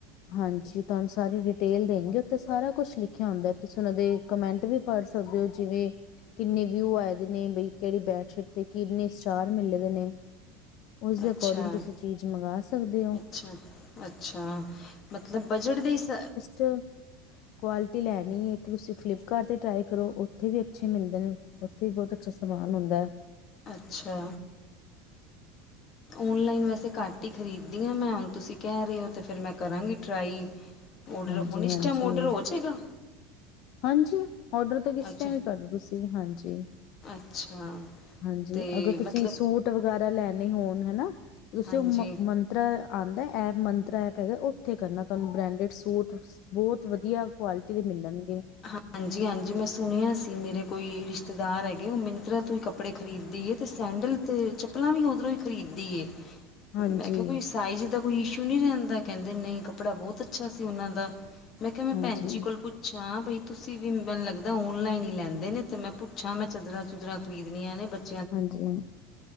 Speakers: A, on the left; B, on the left.
A: ਹਾਂਜੀ ਤੂਆਨ ਸਾਰੀ ਡਿਟੇਲ ਦੇਨਗੇ, ਉਥੇ ਸਾਰਾ ਕੁੱਛ ਲਿਖੇਆ ਹੁੰਦੈ ਤੁਸੀਂ ਉਨਾਂ ਦੇ ਕਮੈਂਟ ਵੀ ਪੜ ਸਕਦੇ ਓ ਜਿਵੇਂ ਕਿੰਨੇ ਵਿਊ ਆਏ ਦੇ ਨੇ, ਬਈ ਕੇੜੀ ਬੈਡਸ਼ੀਟ ਤੇ ਕਿੰਨੇ ਸਟਾਰ ਮਿਲੇ ਦੇ ਨੇ। ਉਸਦੇ
B: ਅੱਛਾ
A: ਅਕੋਰਡਿੰਗ ਤੂਸੀ ਚੀਜ ਮੰਗਾ ਸਕਦੇ ਓ।
B: ਅੱਛਾ ਅੱਛਾ, ਮਤਲਬ ਬਜਟ ਦੇ ਸ
A: ਚ ਕੁਆਲਿਟੀ ਲੈਣੀ ਐ, ਤੂਸੀ ਫਲਿੱਪਕਾਰਟ ਤੇ ਟਰਾਈ ਕਰੋ, ਉਥੇ ਵੀ ਅੱਛੇ ਮਿਲਦੇ ਨੇ। ਉਥੇ ਵੀ ਬੋਤ ਅੱਛਾ ਸਮਾਨ ਹੁੰਦੈ।
B: ਅੱਛਾ। ਔਨਲਾਈਨ ਵੈਸੇ ਘਾੱਟ ਈ ਖਰੀਦਦੀ ਆਂ ਮੈਂ, ਹੁਨ ਤੂਸੀ ਕੈਹ ਰਏ ਓ ਤੇ ਫੇਰ ਮੈਂ ਕਰਾਂਗੀ ਟਰਾਈ। ਔਡਰ
A: ਹਾਂਜੀ
B: ਹੋਨ ਇਸ
A: ਹਾਂਜੀ
B: ਟੈਮ ਔਡਰ ਹੋ ਜੇਗਾ?
A: ਹਾਂਜੀ, ਔਡਰ ਤਾਂ ਕਿਸ
B: ਅੱਛਾ
A: ਟੈਮ ਵੀ ਕਾਰਦੋ ਤੂਸੀ, ਹਾਂਜੀ।
B: ਅੱਛਾ
A: ਹਾਂਜੀ,
B: ਤੇ
A: ਅਗਰ
B: ਮਤਲਬ
A: ਤੂਸੀ ਸੂਟ ਵਗੈਰਾ ਲੈਨੇ ਹੋਨ, ਹੈਨਾ, ਤੂਸੀ
B: ਹਾਂਜੀ
A: ਓ ਮ ਮੰ ਤਰਾ ਆਂਦੈ ਐਪ, ਮੰਤਰਾ ਐਪ ਹੈਗੈ, ਓਥੇ ਕਰਨਾ ਤੂਆਨੂੰ ਬ੍ਰੇਂਡੇਡ ਸੂਟ ਬੋਤ ਵਦੀਆ ਕੁਆਲਿਟੀ ਦੇ ਮਿਲਨਗੇ।
B: ਹਾਂਜੀ-ਹਾਂਜੀ, ਮੈਂ ਸੁਣੇਆ ਸੀ ਮੇਰੇ ਕੋਈ ਰਿਸ਼ਤੇਦਾਰ ਹੈਗੇ, ਓ ਮਿੰਤਰਾ ਤੋਂ ਈ ਕੱਪੜੇ ਖਰੀਦਦੀ ਏ ਤੇ ਸੈਂਡਲ ਤੇ ਚੱਪਲਾਂ ਵੀ ਓਦਰੋਂ ਈ ਖਰੀਦਦੀ ਏ।
A: ਹਾਂਜੀ
B: ਮੈਂ ਕੇਆ ਕੋਈ ਸਾਈਜ ਦਾ ਕੋਈ ਇਸ਼ੂ ਨੀ ਰੈਂਦਾ, ਕੈਂਦੇ ਨਈ ਕੱਪੜਾ ਬੋਤ ਅੱਛਾ ਸੀ ਓਨਾਂ ਦਾ। ਮੈਂ ਕੇਆ ਮੈਂ
A: ਹਾਂਜੀ
B: ਭੈਨ ਜੀ ਕੋਲ ਪੂੱਛ ਹਾਂ ਬਈ ਤੂਸੀ ਵੀ ਮੈਨ ਲੱਗਦੈ ਓਨਲਾਈਨ ਈ ਲੈਂਦੇ ਨੇ, ਤੇ ਮੈਂ ਪੁੱਛਾਂ ਮੈਂ ਚਦਰਾਂ-ਚੁਦਰਾਂ ਖਰੀਦਨੀਆਂ ਨੇ ਬੱਚ
A: ਹਾਂਜੀ-ਹਾਂਜੀ।